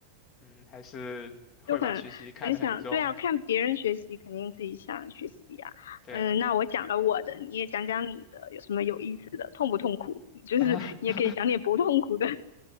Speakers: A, on the left; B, on the left.
A: 嗯，还是会把学习看得很重。
B: 就很很想，对啊，看别人学习，肯定自己想学习呀、
A: 对，
B: 嗯，那我讲了我的，你也讲讲你的，有什么有意思的，痛不痛苦？<laughs> 就是你也可以讲点不痛苦的
A: <laughs>